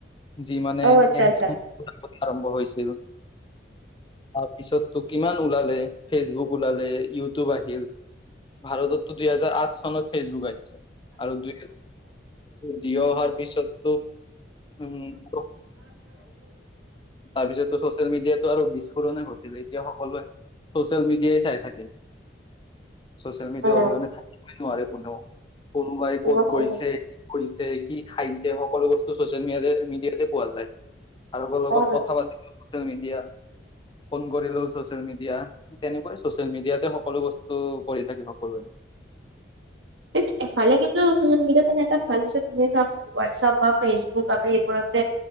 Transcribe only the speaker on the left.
যি মানে
একদম
প্ৰথমতে আৰম্ভ হৈছিল তাৰ পিছত তো কিমান ওলালে ফেচবুক ওলালে ইউটিউব আহিল ভাৰততো দুইহেজাৰ আঠ চনত ফেচবুক আহিছে আৰু দুই জিয় অহাৰ পিছতো উম <unintelligible> তাৰপিছততো ছচিয়েল মিডিয়াতো আৰু বিস্ফোৰণে ঘটিলে এতিয়া সকলোৱে চচিয়েল মিডিয়াই চাই থাকে চচিয়েল মিডিয়া
অবিহনে থাকিবই নোৱাৰে কোনেও কোনোবাই
ক'ত গৈছে
গৈছে কি খাইছে সকলো বস্তু চচিয়েল মিডিয়াতে পোৱা যায় কাৰোবাৰ লগত
কথা পাতি চচিয়েল মিডিয়া ফোন কৰিলেওঁ চচিয়েল মিডিয়া তেনেকৈ চচিয়েল মিডিয়াতে সকলো বস্তু কৰি থাকে সকলোৱে